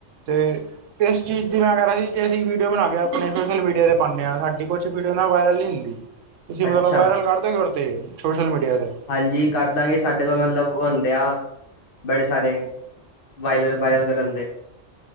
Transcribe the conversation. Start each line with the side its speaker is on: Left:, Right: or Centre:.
Right: ਤੇ ਤੇ ਇਸ ਚੀਜ਼ ਦੀ ਮੈਂ ਕਹਿ ਰਿਹਾ ਸੀ ਜੇ ਅਸੀਂ ਵੀਡੀਓ ਬਣਾ ਕੇ ਆਪਣੇ ਸੋਸ਼ਲ ਮੀਡੀਆ ਤੇ ਪਾਂਨੇ ਆ ਸਾਡੀ ਕੁਛ ਵੀਡੀਓ ਨਾ ਵਾਇਰਲ ਨੀ ਹੁੰ- ਤੁਸੀਂ ਮਤਲਬ
Left: ਅੱਛਾ,
Right: ਵਾਇਰਲ ਕਰ ਦੋਗੇ ਉਦੇ ਤੇ ਸੋਸ਼ਲ ਮੀਡੀਆ ਤੇ।
Left: ਹਾਂਜੀ ਕਰਦਾਂਗੇ ਸਾਡੇ ਕੋਲ ਮਤਲਬ ਉਹ ਹੁੰਦੇ ਆ, ਬੜੇ ਸਾਰੇ ਵਾਇਰਲ- ਵਾਇਰਲ ਕਰ ਕਰਨ ਦੇ